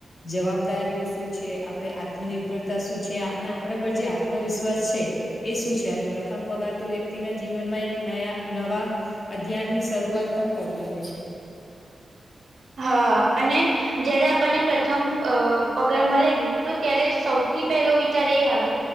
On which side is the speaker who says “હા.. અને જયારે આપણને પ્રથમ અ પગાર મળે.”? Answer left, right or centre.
Right